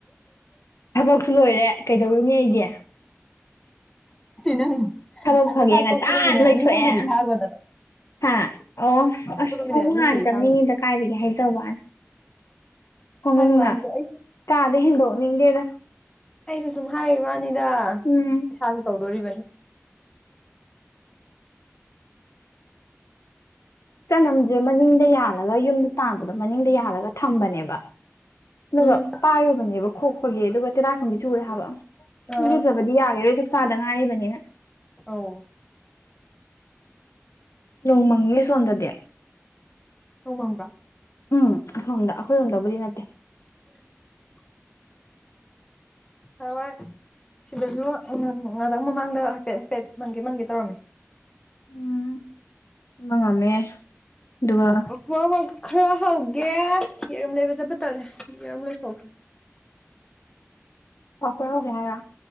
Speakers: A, on the left; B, on the left.
A: ꯊꯕꯛꯁꯨ ꯂꯣꯏꯔꯦ ꯀꯩꯗꯧꯔꯨꯅꯤ ꯑꯩꯁꯦ
B: ꯅꯪ
A: ꯊꯕꯛ
B: ꯑꯗ
A: ꯐꯒꯦ
B: ꯆꯥꯛꯊꯣꯛꯄꯗꯣ
A: ꯉꯟꯇꯥꯅ
B: ꯃꯤꯅꯠ
A: ꯂꯩꯊꯣꯛꯑꯦ
B: ꯑꯅꯤ ꯑꯍꯨꯝꯒꯗꯤ ꯐꯥꯒꯗꯅꯣ
A: ꯍꯥ ꯑꯣ ꯑꯁ
B: ꯃꯤꯅꯠ
A: ꯑꯃꯛ
B: ꯑꯅꯤ ꯑꯍꯨꯝꯗꯗꯤ
A: ꯍꯥꯟꯅ ꯆꯪꯅꯤꯡꯉꯤꯗ
B: ꯐꯥꯒꯣ
A: ꯀꯥꯏꯗꯒꯤ ꯍꯥꯏꯖꯕꯅ ꯐꯃꯨꯡꯅ
B: ꯍꯥꯏꯕꯋꯥꯅꯤꯗ ꯑꯩꯁꯨ
A: ꯀꯥꯗ ꯍꯦꯟꯗꯣꯛꯅꯤꯡꯗꯦꯗ
B: ꯑꯩꯁꯨ ꯁꯨꯝ ꯍꯥꯏꯔꯤꯕꯥꯅꯤꯗ
A: ꯎꯝ
B: ꯏꯁꯥꯁꯨ ꯇꯧꯗꯣꯔꯤꯕꯅꯤ
A: ꯆꯅꯝꯁꯦ ꯃꯅꯤꯡꯗ ꯌꯥꯜꯂꯒ ꯌꯨꯝꯗ ꯇꯥꯕꯗꯣ ꯃꯅꯤꯡꯗ ꯌꯥꯜꯂꯒ ꯊꯝꯕꯅꯦꯕ ꯑꯗꯨꯒ
B: ꯎꯝ
A: ꯄꯥꯏꯔꯨꯕꯅꯦꯕ ꯈꯣꯛꯄꯒꯤ ꯑꯗꯨꯒ ꯇꯦꯔꯥꯛ ꯈꯨꯝꯕꯤ ꯆꯨꯔꯦ ꯍꯥꯏꯕ
B: ꯑ
A: ꯂꯨꯖꯕꯗꯤ ꯌꯥꯒꯦꯔꯣꯏ ꯆꯥꯛꯆꯥꯗ ꯉꯥꯏꯔꯤꯕꯅꯤꯅ
B: ꯑꯣ
A: ꯅꯣꯡꯃꯪꯉꯦ ꯁꯣꯟꯝꯗꯗꯤ
B: ꯎꯃꯗ
A: ꯎꯝ ꯑꯁꯣꯝꯗ ꯑꯩꯈꯣꯏꯔꯣꯝꯗꯕꯨꯗꯤ ꯅꯠꯇꯦ
B: <inaudible> ꯍ ꯍꯣꯏ ꯁꯤꯗꯁꯨ ꯉꯇꯪ ꯃꯃꯥꯡꯗ ꯍꯥꯏꯐꯦꯠ ꯍꯥꯏꯐꯦꯠ ꯃꯪꯒꯦ ꯃꯪꯒꯦ ꯇꯧꯔꯝꯃꯦ
A: ꯎꯝ ꯃ ꯉꯝꯃꯦ ꯑꯗꯨꯒ
B: ꯑꯩꯈꯣꯏ ꯑꯃ ꯈꯔ ꯍꯧꯒꯦ ꯌꯦꯔꯨꯝ ꯂꯩꯕ ꯆꯠꯄ ꯇꯠꯂꯦ ꯌꯦꯔꯨꯝ ꯂꯩꯕ ꯍꯧꯈ꯭ꯔꯦ
A: ꯑꯣꯄꯔ ꯦꯔ